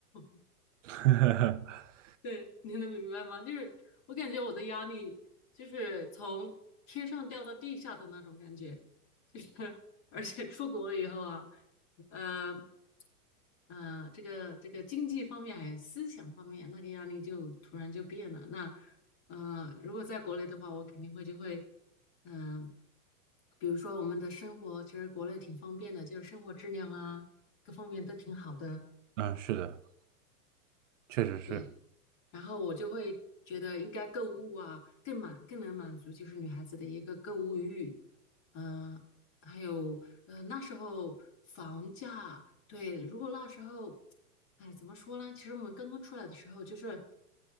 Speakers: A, on the left; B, on the right.
A: <laughs>
B: <laughs>
A: 对，你能明白吗？就是我感觉我的压力就是从天上掉到地下的那种感觉，就是而且出国了以后啊，嗯。呃，这个这个经济方面还有思想方面，那个压力就突然就变了。那呃，如果在国内的话，我肯定会就会，嗯、比如说我们的生活，其实国内挺方便的，就是生活质量啊，各方面都挺好的。
B: 嗯，是的，确实是，
A: 对，然后我就会觉得应该购物啊，更满更能满足就是女孩子的一个购物欲，嗯、还有呃那时候房价，对，如果那时候，哎，怎么说呢？其实我们刚刚出来的时候，就是